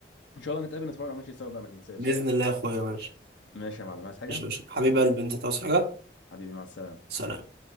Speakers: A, on the left (about 85°); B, on the right (about 60°).
A: إن شاء الله نتقابل نتفرج على ماتش سوا بقى ما تنساش
B: باذن الله يا اخويا ماشي
A: ماشي يا معلم عايز حاجه
B: ماشي ماشي حبيب قلبي انت تعوز حاجه
A: حبيبي مع السلامه
B: سلام